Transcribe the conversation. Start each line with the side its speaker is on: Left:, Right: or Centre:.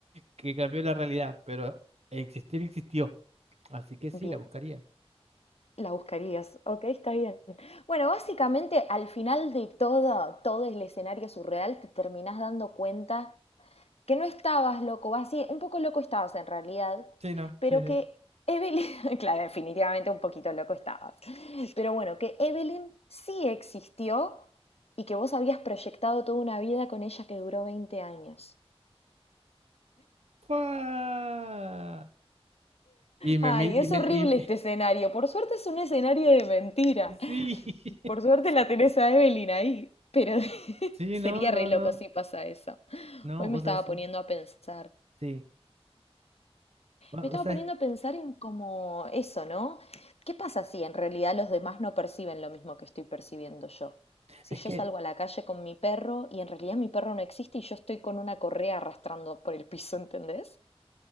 Right: que cambió la realidad, pero existir existió, así que sí,
Left: Bien.
Right: la buscaría.
Left: La buscarías. Ok, está bien. Bueno, básicamente al final de todo, todo el escenario surreal, te terminás dando cuenta que no estabas loco, o así, un poco loco estabas en realidad,
Right: Sí, no,
Left: pero
Right: sí, sí.
Left: que Evelyn, <laughs> claro, definitivamente un poquito loco estabas, pero bueno, que Evelyn sí existió y que vos habías proyectado toda una vida con ella que duró 20 años.
Right: ¡Fua! Y me,
Left: Ay,
Right: mi- y
Left: es
Right: me,
Left: horrible
Right: y me-
Left: este escenario. Por suerte es un escenario de mentira.
Right: <laughs> sí,
Left: Por
Right: <laughs>
Left: suerte la tenés a Evelyn ahí. Pero <laughs>
Right: sí,
Left: sería
Right: no, no,
Left: re loco
Right: no,
Left: si pasa eso.
Right: no,
Left: Hoy
Right: vos
Left: me estaba
Right: así,
Left: poniendo
Right: sí,
Left: a pensar.
Right: sí. Bueno,
Left: Me estaba
Right: o sea,
Left: poniendo a pensar en como eso, ¿no? ¿Qué pasa si en realidad los demás no perciben lo mismo que estoy percibiendo yo? Si
Right: es
Left: yo
Right: que
Left: salgo a la calle con mi perro y en realidad mi perro no existe y yo estoy con una correa arrastrando por el piso, ¿entendés?